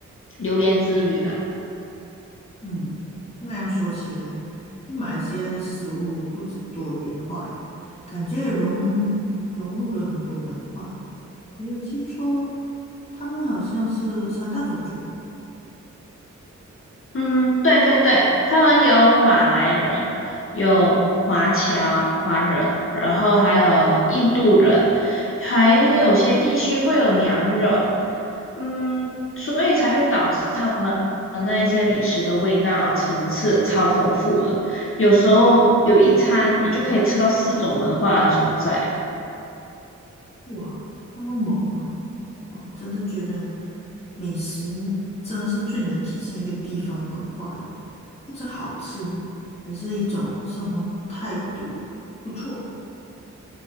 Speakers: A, on the left; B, on the left.
A: 榴莲之旅啦。
B: 嗯，那样说起来，就马来西亚的食物不止多元化耶，感觉也融融入了很多文化。没有记错，他们好像是三大种族哦
A: 嗯，对对对，他们有马来人，有华侨华人，然后还有印度人，还有些地区会有娘惹，嗯，所以才会导致他们那一些美食的味道层次超丰富了。有时候有一餐，你就可以吃到四种文化的存在。
B: 哇，那么猛吗？哇，真的觉得美食真的是最能体现一个地方的文化嘞，不止好吃，还是一种生活态度，不错。